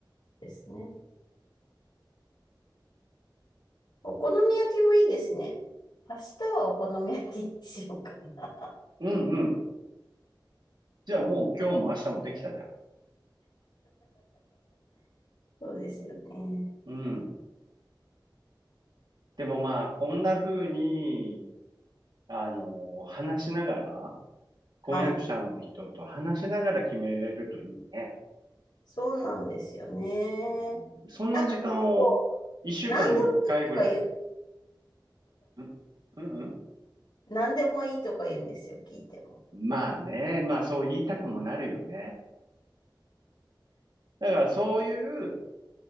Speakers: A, on the left; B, on the right.
A: ですね。お好み焼きもいいですね。明日はお好み焼きにしようかな。
B: うんうん。じゃあもう今日も明日もできたじゃん。
A: そうですよね。
B: うん。でもまあ、こんな風に、あの、話しながら、婚約者の人と話しながら決めれるといいね。
A: はい。そうなんですよね。
B: うん、そんな時間を1週間に1回ぐらい。
A: なんか結構、何でもいいとか言う、
B: んうんうん。
A: 何でもいいとか言うんですよ、聞いても。
B: まあね、まあそう言いたくもなるよね。だからそういう
A: う